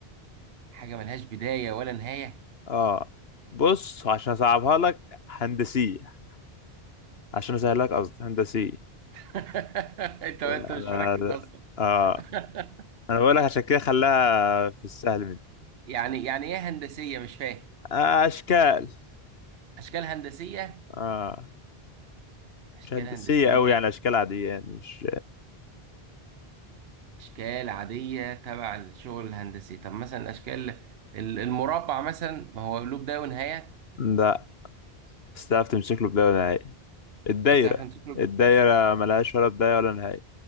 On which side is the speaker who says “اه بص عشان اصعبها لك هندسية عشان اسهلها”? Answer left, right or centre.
Left